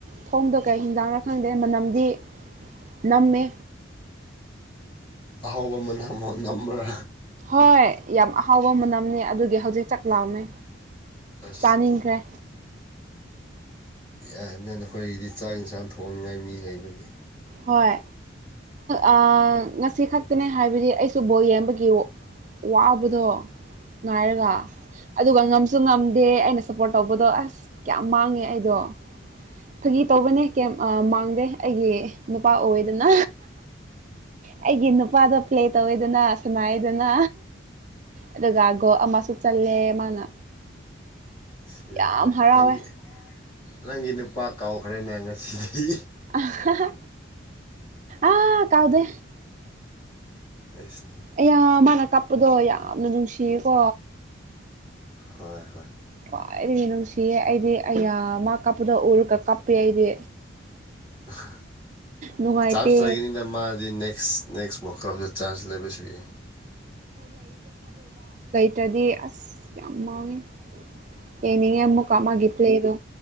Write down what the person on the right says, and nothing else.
ꯊꯣꯡꯗ ꯀꯩ ꯍꯤꯟꯖꯥꯡꯅ ꯈꯪꯗꯦ ꯃꯅꯝꯗꯤ ꯅꯃꯦ
ꯍꯣꯏ ꯌꯥꯝ ꯑꯍꯥꯎꯕ ꯃꯅꯝꯅꯦ ꯑꯗꯨꯒꯤ ꯍꯧꯖꯤꯛ ꯆꯥꯛ ꯂꯥꯎꯃꯦ
ꯆꯥꯅꯤꯡꯈ꯭ꯔꯦ
ꯍꯣꯏ ꯑ ꯉꯁꯤ ꯈꯛꯇꯅꯦ ꯍꯥꯏꯕꯗꯤ ꯑꯩꯁꯨ ꯕꯣꯜ ꯌꯦꯡꯕꯒꯤ ꯋꯥꯕꯗ ꯉꯥꯏꯔꯒ ꯑꯗꯨꯒ ꯉꯝꯁꯨ ꯉꯝꯗꯦ ꯑꯩꯅ ꯁꯞꯄꯣꯔꯠ ꯇꯧꯕꯗꯣ ꯑꯁ ꯀꯌꯥꯝ ꯃꯥꯡꯉꯦ ꯑꯩꯗꯣ ꯑꯣ ꯐꯥꯒꯤ ꯇꯧꯕꯅꯦ ꯀꯌꯥꯝ ꯃꯥꯡꯗꯦ ꯑꯩꯒꯤ ꯏꯄꯥ ꯑꯣꯏꯗꯅ ꯑꯩꯒꯤ ꯅꯨꯄꯥꯗꯣ ꯄ꯭ꯂꯦ ꯇꯧꯋꯦꯗꯅ ꯁꯅꯥꯏꯗꯅ ꯑꯗꯨꯒ ꯒꯣꯜ ꯑꯃꯁꯨ ꯆꯜꯂꯦ ꯃꯥꯅ
ꯌꯥꯝ
ꯍꯔꯥꯎꯋꯦ
ꯑ ꯍꯥ ꯍꯥ ꯑꯥ ꯀꯥꯎꯗꯦ
ꯑꯌꯥ ꯃꯥꯅ ꯀꯥꯞꯄꯗꯣ ꯌꯥꯝꯅ ꯅꯨꯡꯁꯤꯌꯦꯀꯣ
ꯈ꯭ꯋꯥꯏꯗꯒꯤ ꯅꯨꯡꯁꯤꯌꯦ ꯑꯩꯗꯤ ꯑꯩꯌ ꯃꯥ ꯀꯞꯄꯗꯣ ꯎꯔꯒ ꯀꯞꯄꯦ ꯑꯩꯗꯤ
ꯅꯨꯡꯉꯥꯏꯇꯦ
ꯇ꯭ꯔꯗꯤ ꯑꯁ ꯌꯥꯝ ꯃꯥꯎꯉꯦ ꯌꯦꯡꯅꯤꯡꯉꯦ ꯑꯃꯨꯛꯀ ꯃꯥꯒꯤ ꯄ꯭ꯂꯦꯗꯣ